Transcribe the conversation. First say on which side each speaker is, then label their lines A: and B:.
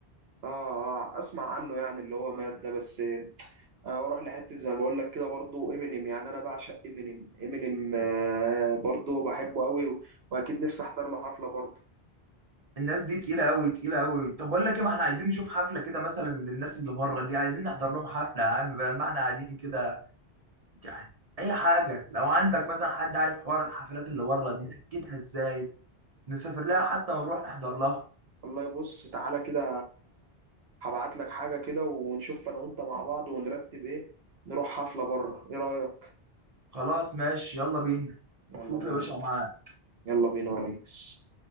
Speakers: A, on the right (about 70°); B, on the right (about 40°).
A: اه اه اسمع عنه يعني اللي هو مات ده بس انا بروح لحته زي ما بقول لك كده برضو امينيم يعني انا بعشق امينيم امينيم آه برضو بحبه قوي واكيد نفسي احضر له حفله برضو
B: الناس دي تقيلة أوي تقيلة أوي طب بقول لك إيه ما إحنا عايزين نشوف حفلة كده مثلا للناس اللي بره دي عايزين نحضر لهم حفلة يا عم بدل ما إحنا قاعدين كده يعني أي حاجة لو عندك مثلا حد عارف حوار الحفلات اللي بره دي سكتها إزاي نسافر لها حتى ونروح نحضر لها
A: والله بص تعالى كده هبعت لك حاجه كده ونشوف انا وانت مع بعض ونرتب ايه نروح حفله بره ايه رايك
B: خلاص ماشي يلا بينا
A: يلا
B: شوف
A: بينا
B: يا باشا معاك
A: يلا بينا يا ريس